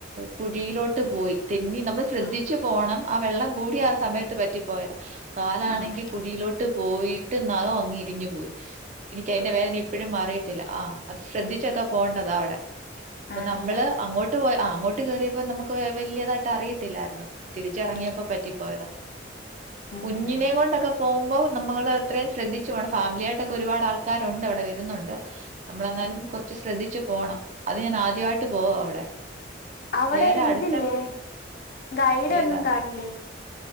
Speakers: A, on the right (about 40°); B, on the left (about 50°).
A: കുഴിയിലോട്ട് പോയി തെന്നി നമ്മൾ ശ്രദ്ധിച്ച്
B: ആ ആ
A: പോണം ആ വെള്ളം കൂടിയ ആ സമയത്ത് പറ്റിപ്പോയത് കാലാണെങ്കിൽ
B: ആണല്ലേ
A: കുഴിയിലോട്ട് ട്ട് പോയിട്ട് നഖം അങ്ങി ഇരിഞ്ഞു പോയി എനിക്ക് അതിന്റെ
B: ഓ,
A: വേദന ഇ ഇപ്പോഴും മാറിയിട്ടില്ല ആ അത് ശ്രദ്ധിച്ചൊക്കെ പോകേണ്ടത അവിടെ അപ്പൊ
B: ആണല്ലേ
A: നമ്മള് അങ്ങോട്ട് ട്ട് പോ അ അങ്ങോട്ട് കേയറിയപ്പോ നമുക്ക് വല്യതായിട്ട് അറിയത്തില്ലായിരുന്നു തിരിച്ചറങ്ങിയപ്പോ
B: ഉം
A: പറ്റിപ്പോയതാ
B: ഉം
A: കുഞ്ഞിനെ
B: ഉം
A: കൊണ്ടൊക്കെ പോവുമ്പോ നമ്മൾ അത്രയും ശ്രദ്ധിച്ചു പോണം ഫാമിലിയായിട്ടൊക്കെ ഒരുപാട് ആൾക്കാരുണ്ട് അവിടെ വരുന്നുണ്ട് നമ്മള് എന്നാലും കുറച്ച് ശ്രദ്ധിച്ച് പോണം അത് ഞാൻ ആദ്യമായിട്ട് പോവാ അവിടെ
B: അവിടെ
A: വേറെ അടുത്ത
B: ഇതില്ലേ ഗൈഡ് ഒന്നും
A: ഏതാണ്
B: കാണില്ലേ